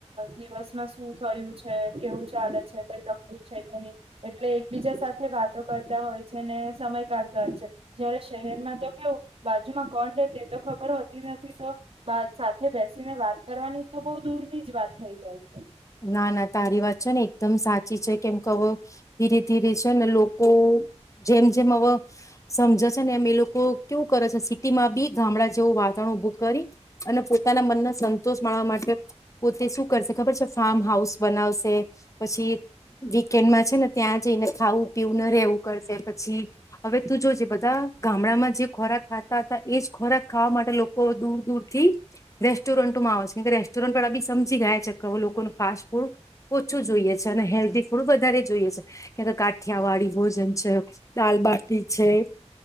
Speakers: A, on the right (about 55°); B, on the left (about 25°).
A: દિવસમાં શું થયું છે, કેવું ચાલે છે, કઈ તકલીફ છે કે નહી. એટલે એકબીજા સાથ થે વાતો કરતા હોય છે. ને સમય કાઢતા હોય છે. જયારે શહેરમાં તો કેવું, બાજુમાં કોણ રે તે તો ખબર હોતી નથી. તો બા સાથે બેસીને વાત કરવાની તો બહુ દૂર ની જ વાત થઈ જાય છે.
B: ના ના તારી વાત છે ને એકદમ સાચી છે. કેમ કહુ ધીરી ધીરી છે ને લોકો જેમ જેમ હવ સમજે છે ને, એમ એ લોકો કેવું કરે છે, સી તેમાં બી ગામડા જેવો વાત ઉભું કરી અને પોતાના મનને સંતોષ માણવા માટે પોતે શું કરશે ખબર છે ફાર્મ હાઉસ બનાવશે પછી વીકેન્ડમાં છે ને ત્યાં જઈને ખાવું પીવું ને રહેવું કરશે પછી હવે તું જોજે બધા ગામડામાં જે ખોરાક ખાતા હતા એજ ખોરાક ખાવા માટે લોકો દૂર દૂર થી રેસ્ટોરન્ટમાં આવે છે કેમ રેસ્ટોરન્ટ પર બી સમજી ગયા છે લોકો કો ફાસ્ટ ફૂડ ઓછું જોઈએ છે અને હેલ્ધી થોડું વધારે જોઈએ છે કેા થિયાવાડીી ભોજન છે લાલબાર પીછે